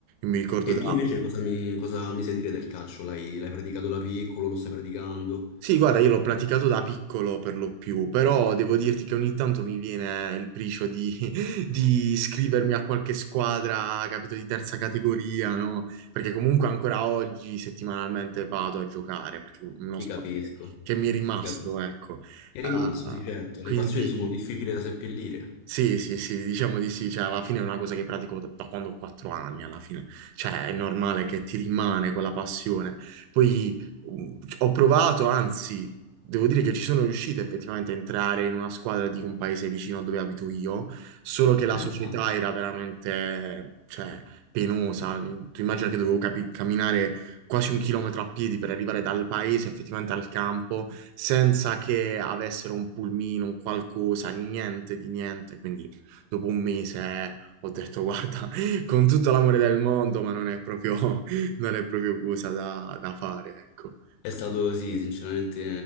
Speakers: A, on the right; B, on the left.
A: mi ricordo
B: E
A: da...
B: tu invece cosa mi, cosa mi sai dire del calcio? L'hai l'hai praticato da piccolo, lo stai praticando?
A: Sì, guarda, io l'ho praticato da piccolo per lo più, però devo dirti che ogni tanto mi viene il pricio di, <laughs> di iscrivermi a qualche squadra, capito, di terza categoria, no? Perché comunque ancora oggi settimanalmente vado a giocare, perché è uno
B: Ti
A: sport
B: capisco,
A: che che mi è rimasto,
B: ti capisco.
A: ecco.
B: È rimasto,
A: Eh,
B: sì, certo.
A: quindi...
B: Le passioni sono difficili da seppellire.
A: Sì, sì, sì, diciamo di sì, cioè alla fine è una cosa che pratico da, da quando ho quattro anni, alla fine, cioè è normale che ti rimane quella passione. Poi um, ho provato, anzi, devo dire che ci sono riuscito effettivamente a entrare in una squadra di un paese vicino a dove abito io, solo che
B: Interessante.
A: la società era veramente, cioè, penosa. Tu immagina che dovevo capi- camminare quasi un chilometro a piedi per arrivare dal paese effettivamente al campo, senza che avessero un pulmino, un qualcosa, niente di niente. Quindi dopo un mese ho detto, guarda, <laughs> con tutto l'amore del mondo, ma non è proprio, <laughs> non è proprio cosa da, da fare, ecco.
B: È stato, sì, sinceramente